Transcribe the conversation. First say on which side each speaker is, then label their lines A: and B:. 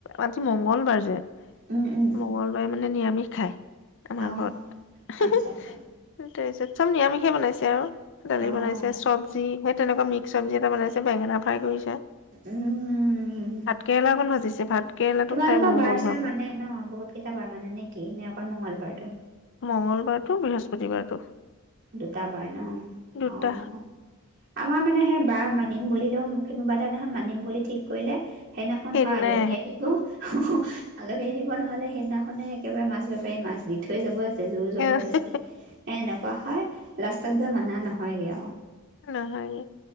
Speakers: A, on the left; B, on the right.
A: আজি মংগলবাৰ যে
B: উম উম
A: মংগলবাৰে মানে নিৰামিষ ধায় আমাৰ
B: অঁ
A: ঘৰত হু
B: আচ্ছা
A: হু
B: আচ্ছা
A: তাৰপিছত চব নিৰামিষ সিয়ে বনাইছে আৰু দালি
B: অঁ
A: বনাইছে চব্জি হেৎ তেনেকুৱা মিক্স চৱজি এটা বনাইছে, বেঙেনা ফ্ৰাই কইছ
B: উম।
A: কেৰেলা অকণ ভাজিছে ভাত কেৰেলাটো
B: তোমালোকৰ
A: খাই ময়ো
B: বাৰ-চাৰ
A: বৰ ভাল পাওঁ
B: মানে ন? বহুত কেইটা বাৰ মানে নে কি, নে অকল মংগলবাৰটো?
A: মংগলবাৰটো, বৃহস্পতিবাৰটো।
B: দুটা বাৰ ন?
A: দুটা
B: অ'। আমাৰ মানে সেই বাৰ মানিম বুলিলেও কোনোবা দিনাখন মানিম বুলি ঠিক কৰিলে সেইদিনাখন
A: সেইদিনাই
B: হয় আলহী আহিব। হ, হ, আলহী আহিব নহ'লে সেইদিনাখন মানে একেবাৰে মাছ বেপাৰীয়ে মাছ দি থৈ যাব আজি। জুৰ-জবৰদস্তি।
A: আহে
B: এ, নাপ লাষ্টতগৈ মানে নহয়গে আও।
A: নহয়